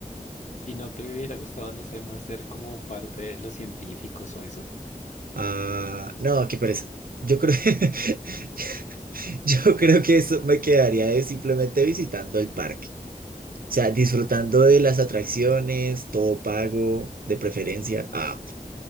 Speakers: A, on the left; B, on the right.
A: ¿Y no te hubiera gustado, no sé, más ser como parte de los científicos o eso?
B: Ah, no, qué pereza. Yo creo, <laughs> yo creo que eso me quedaría de simplemente visitando el parque. O sea, disfrutando de las atracciones, todo pago, de preferencia. Ah,